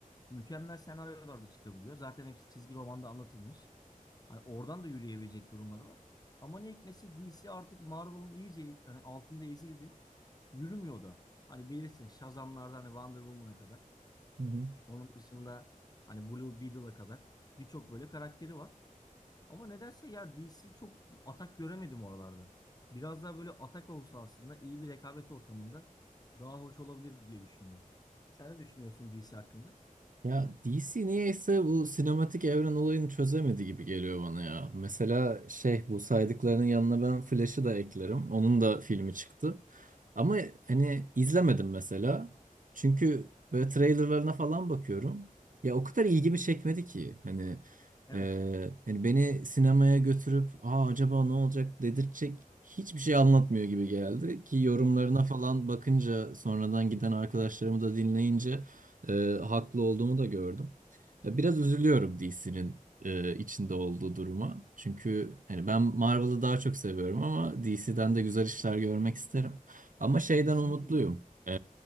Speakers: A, on the left; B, on the right.
A: mükemmel senaryolarda çıkabiliyor. Zaten hepsi çizgi romanda anlatılmış. Hani oradan da yürüyebilecek durumları var. Ama ne hikmetse DC artık Marvel'ın iyice hani altında ezildi yürümüyor da. Hani bilirsin Shazam'lardan hani Wonder Woman'a kadar.
B: hı.
A: Onun dışında hani Blue Beetle'a kadar birçok böyle karakteri var. Ama nedense ya DC çok atak göremedim oralarda. Biraz daha böyle atak olsa aslında iyi bir rekabet ortamında daha hoş olabilir diye düşünüyorum. Sen ne düşünüyorsun DC hakkında?
B: Ya DC niyeyse bu sinematik evren olayını çözemedi gibi geliyor bana ya. Mesela şey bu saydıklarının yanına ben Flash'ı da eklerim. Onun da filmi çıktı. Ama hani izlemedim mesela. Çünkü böyle trailerlarına falan bakıyorum. Ya o kadar ilgimi çekmedi ki. Hani,
A: Evet.
B: e, hani beni sinemaya götürüp Aa, acaba ne olacak dedirtecek hiçbir şey anlatmıyor gibi geldi. Ki yorumlarına falan bakınca sonradan giden arkadaşlarımı da dinleyince e, haklı olduğumu da gördüm. Ya Biraz üzülüyorum DC'nin e, içinde olduğu duruma. Çünkü hani ben Marvel'ı daha çok seviyorum ama DC'den de güzel işler görmek isterim. Ama şeyden
A: Kesinlikle.
B: umutluyum. E,